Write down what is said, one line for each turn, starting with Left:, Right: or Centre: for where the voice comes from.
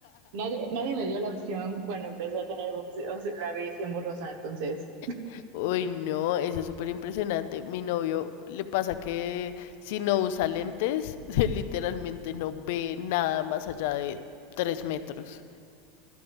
Right: nadie, nadie me dio la opción cuando empecé a tener opci- o sea, la visión borrosa, entonces,
Left: <laughs> Uy, no, eso es súper impresionante. Mi novio le pasa que si no usa lentes, <laughs> literalmente no ve nada más allá de tres metros.